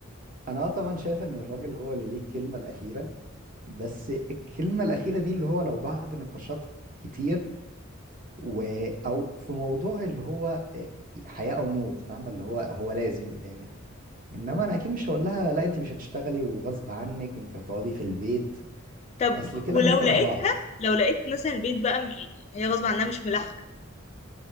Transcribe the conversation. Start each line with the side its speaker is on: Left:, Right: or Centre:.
Right: انا اه طبعا شايف ان الراجل هو اللي ليه الكلمة الاخيرة بس الكلمة الاخيرة دي اللي هو لو بعد نقاشات كتير و... او في موضوع اللي هو آه، حياة او موت فاهمة اللي هو هو لازم يتعمل انما انا اكيد مش هقول لها لا انت مش هتشتغلي وغصب عنك وانت هتقعدي في البيت
Left: طب
Right: اصل كده
Left: ولو
Right: هنكره
Left: لقيتها
Right: بعض
Left: لو لقيت مثلا البيت بقى م- يعني هي غصب عنها مش ملاحقه